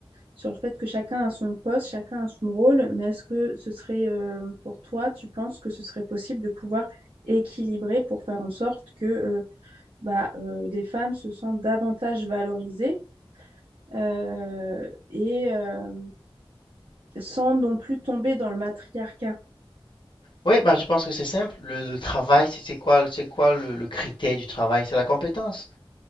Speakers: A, on the right; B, on the left.
A: sur le fait que chacun a son poste, chacun a son rôle, mais est-ce que ce serait euh, pour toi, tu penses que ce serait possible de pouvoir équilibrer pour faire en sorte que euh, bah, euh, des femmes se sentent davantage valorisées euh, et euh, sans non plus tomber dans le matriarcat.
B: Oui, bah, je pense que c'est simple. Le, le travail, c'est c'est quoi, c'est quoi le, le critère du travail? C'est la compétence.